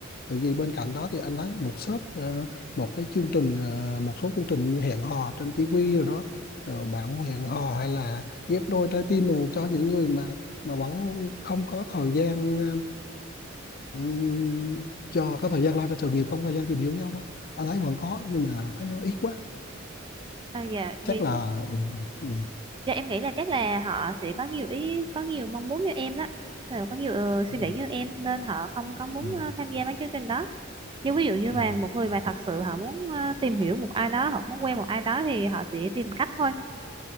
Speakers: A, on the left; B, on the right.
A: tại vì bên cạnh đó thì anh thấy một shop ờ, một cái chương trình ờ, một số chương trình như hẹn hò trên tivi rồi đó Ờ, bạn muốn hẹn hò hay là ghép đôi trái tim rồi cho những người mà mà vẫn không có thời gian ờ, ừm, cho cái thời gian lo cho sự nghiệp không có thời gian tìm hiểu nhau đó anh thấy vẫn có nhưng mà thấy nó ít quá
B: À, dạ
A: chắc
B: thì
A: là ừ, ừ,
B: dạ, em nghĩ là chắc là họ sẽ có nhiều ý có nhiều mong muốn như em đó Kiểu có nhiều ờ,
A: ừ,
B: suy nghĩ như em nên họ không có muốn
A: ừ, ừ,
B: ờ, tham gia mấy chương trình đó nhưng ví dụ như là
A: à,
B: một người mà thật sự họ muốn ờ, tìm hiểu một ai đó hoặc muốn quen một ai đó thì họ sẽ tìm cách thôi